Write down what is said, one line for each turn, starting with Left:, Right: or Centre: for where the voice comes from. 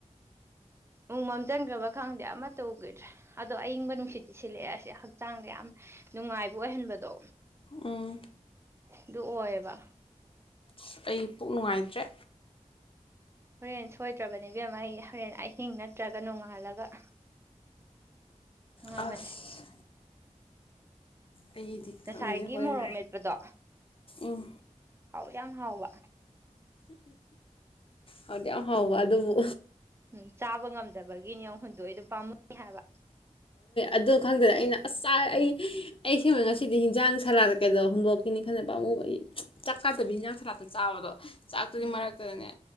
Right: ꯎꯅꯨꯡꯃꯝ ꯆꯟꯈ꯭ꯔꯕ ꯈꯪꯗꯦ ꯑꯃ ꯇꯧꯈꯤꯗ꯭ꯔꯦ ꯑꯗꯣ ꯑꯏꯪꯕ ꯅꯨꯡꯁꯤꯠꯇꯤ ꯁꯤꯜꯂꯛꯑꯦꯁꯦ ꯍꯛꯆꯥꯡꯗ ꯌꯥꯝ ꯅꯨꯡꯉꯥꯏꯕ ꯑꯣꯏꯍꯟꯕꯗꯣ
Left: ꯎꯝ
Right: ꯑꯗꯨ ꯑꯣꯏꯌꯦꯕ
Left: ꯑꯁ ꯑꯩ ꯄꯨꯛ ꯅꯨꯡꯉꯥꯏꯇ꯭ꯔꯦ
Right: ꯍꯣꯔꯦꯟ ꯁꯣꯏꯗ꯭ꯔꯕꯅꯦꯕꯦꯝ ꯑꯩ ꯍꯣꯔꯦꯟ ꯑꯍꯤꯡ ꯅꯠꯇ꯭ꯔꯒ ꯅꯣꯡꯉꯥꯜꯂꯒ
Left: ꯑꯁ
Right: ꯑꯕꯅꯦ
Left: ꯑꯩꯗꯤ
Right: ꯉꯁꯥꯏꯒꯤ
Left: ꯈꯪꯗꯦ ꯍꯣꯔꯦꯟ
Right: ꯃꯣꯔꯣꯛ ꯃꯦꯠꯄꯗꯣ
Left: ꯎꯝ
Right: ꯍꯥꯎ ꯌꯥꯝ ꯍꯥꯎꯕ
Left: ꯍꯥꯎꯗꯤ ꯌꯥꯝ ꯍꯥꯎꯕ ꯑꯗꯨꯕꯨ
Right: ꯎꯝ ꯆꯥꯕ ꯉꯝ ꯐꯗꯕꯒꯤꯅꯦꯅꯤꯨ ꯍꯨꯟꯗꯣꯛ ꯑꯩꯗꯣ ꯄꯥꯝꯃꯨꯏ ꯍꯥꯏꯕ
Left: ꯑꯗꯨ ꯈꯪꯗꯅ ꯑꯩꯅ ꯑ ꯑꯩ ꯑꯩꯁꯤꯃꯛ ꯉꯁꯤꯗꯤ ꯍꯤꯟꯖꯥꯡ ꯁꯔꯥꯛꯇ ꯀꯩꯗꯧ ꯍꯨꯟꯗꯣꯛꯀꯅꯤ ꯈꯜꯂꯕ ꯄꯥꯃꯨꯕ ꯑꯩ ꯆꯥꯛ ꯆꯥꯗꯕꯤ ꯍꯤꯟꯖꯥꯡ ꯁꯔꯥꯛꯇ ꯆꯥꯎꯕꯗꯣ ꯆꯥꯛꯇꯨꯒꯤ
Right: ꯎꯝ
Left: ꯃꯔꯛꯇꯗꯅꯦ